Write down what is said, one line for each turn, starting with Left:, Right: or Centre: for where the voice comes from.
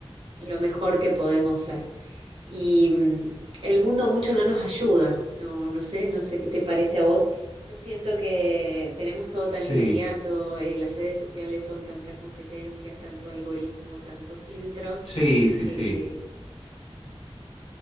Right: lo mejor que podemos ser. Y mm, el mundo mucho no nos ayuda, no, no sé, no sé qué te parece a vos. Yo siento que tenemos todo tan
Left: Sí,
Right: inmediato, eh, las redes sociales son tanta competencia, tanto algoritmo, tanto filtro,
Left: sí, sí,
Right: que
Left: sí.